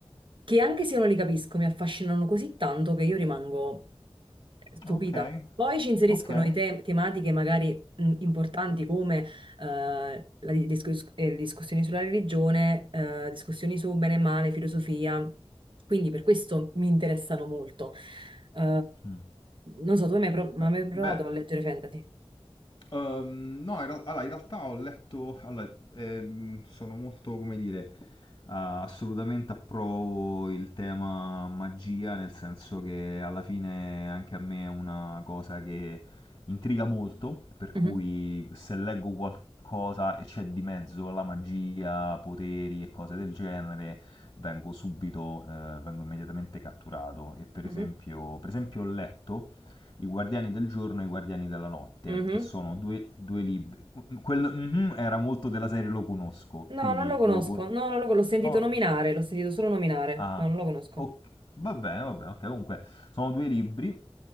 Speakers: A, on the right; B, on the left.
A: che anche se io non li capisco mi affascinano così tanto che io rimango eh, stupita.
B: ok,
A: Poi ci inseriscono
B: ok.
A: i te- tematiche magari mh, importanti come eh, la di- discus- eh, discussioni sulla religione, eh, discussioni su bene e male, filosofia. Quindi per questo mi interessano molto. Eh,
B: Mm.
A: non so, tu hai mai, pro- ma
B: Beh,
A: hai mai
B: beh,
A: provato a leggere fantasy?
B: Ehm, no, in, real- allora, in realtà ho letto, allora, ehm, sono molto, come dire, ah, assolutamente approvo il tema magia, nel senso che alla fine anche a me è una cosa che intriga molto, per cui
A: Mhm,
B: se leggo qualcosa e c'è di mezzo la magia, poteri e cose del genere, vengo subito, eh, vengo immediatamente catturato. E per
A: mhm,
B: esempio, per esempio ho letto i Guardiani del Giorno e i Guardiani della Notte,
A: mhm.
B: che sono due, due libri. Quel mhm era molto della serie Lo conosco, quindi
A: No, non lo conosco.
B: lo con-
A: No, non lo con- l'ho sentito
B: Oh,
A: nominare, l'ho sentito solo nominare.
B: ah,
A: No, non lo conosco.
B: ok, va bene, va bene, ok. Comunque, sono due libri